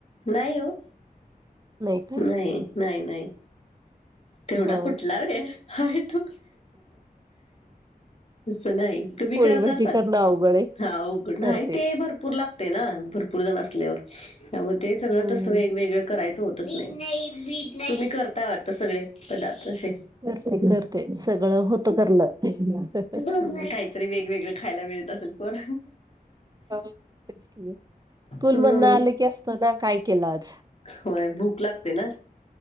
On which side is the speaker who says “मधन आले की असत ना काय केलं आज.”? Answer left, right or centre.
Right